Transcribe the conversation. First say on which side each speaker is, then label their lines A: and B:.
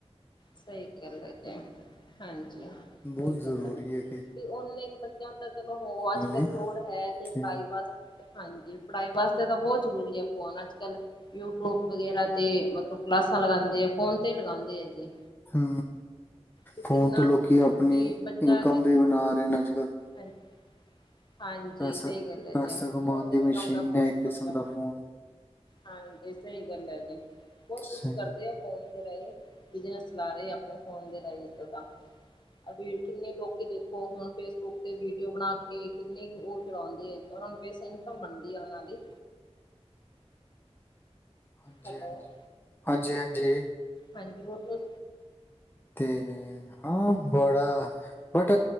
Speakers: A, on the left (about 40°); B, on the left (about 20°).
A: ਸਹੀ ਗੱਲ ਹੈ ਤੇ ਹਾਂਜੀ।
B: ਬੋਤ
A: ਸਹੀ
B: ਜ਼ਰੂਰੀ
A: ਗੱਲ ਹੈ।
B: ਏ।
A: <unintelligible> ਬੱਚਿਆਂ ਤਾਂ ਚਲੋ ਹੋ ਅੱਜ ਕੱਲ
B: ਲਈ
A: ਲੋੜ ਹੈ ਜੇ
B: ਤੇ
A: ਪੜ੍ਹਾਈ ਬੱਸ <unintelligible> ਹਾਂਜੀ ਪੜ੍ਹਾਈ ਵਾਸਤੇ ਤਾਂ ਬਹੁਤ ਜ਼ਰੂਰੀ ਏ ਫੋਨ ਅੱਜ ਕੱਲ ਯੂ ਟਿਊਬ ਵਗੈਰਾ ਤੇ ਮਤਲਬ ਕਲਾਸਾਂ ਲਗਾਂਦੇ ਆ ਫੋਨ ਤੇ ਲਗਾਂਦੇ ਏ ਜੀ
B: ਹੁ
A: ਵੀ
B: ਫੋਨ
A: ਕਿੰਨਾ
B: ਤੋਂ ਲੋਕੀ ਅਪਨੀ
A: ਵੀ ਬੱਚਾ
B: ਇਨਕਮ
A: ਜੇ
B: ਵੀ ਬਨਾ ਰਹੇ ਨੇ ਅੱਜ ਕੱਲ
A: ਹਾਂਜੀ। <unintelligible> ਹਾਂਜੀ
B: ਪੈਸਾ
A: ਸਹੀ ਗੱਲ ਹੈ
B: ਪੈਸਾ
A: ਜੇ
B: ਕਮਾਉਣ
A: ਬੋਤ
B: ਦੀ
A: ਇਨਕਮ
B: ਮਸ਼ੀਨ
A: ਦਾ ਬੋਤ
B: ਹੈ ਇੱਕ ਕਿਸਮ
A: ਮਤਲਬ
B: ਦਾ ਫੋਨ
A: ਹਾਂਜੀ ਸਹੀ ਗੱਲ ਹੈ ਜੀ ਬੋਤ
B: ਸਹੀ
A: ਕੁਛ ਕਰਦੇ ਆ। ਫੋਨ ਦੇ ਰਾਹੀਂ ਬਿਜਨਸ ਚਲਾ ਰਹੇ ਆਪਣੇ ਫੋਨ ਦੇ ਰਾਹੀਂ ਤੋ ਤਾਂ। ਅਭੀ ਕਿੰਨੇ ਲੋਕ ਦੇਖੋ ਹੁਣ ਫੇਸਬੁੱਕ ਤੇ ਵੀਡੀਓ ਬਣਾ ਕੇ ਕਿੰਨੇ ਕੁ ੳਹ ਚਲਾਉਦੇ ਏ ਉਹਨਾਂ ਨੂੰ ਪੈਸ ਇਨਕਮ ਬਣਦੀ ਆ ਉਹਨਾਂ ਦੀ।
B: ਹਾਂਜੀ
A: ਹੈਲੋ
B: ਹਾਂਜੀ ਹਾਂਜੀ ਹਾਂਜੀ।
A: ਹਾਂਜੀ ਹੋਰ ਫੇਰ।
B: ਤੇ ਹਾਂ ਬੜਾ ਬਟ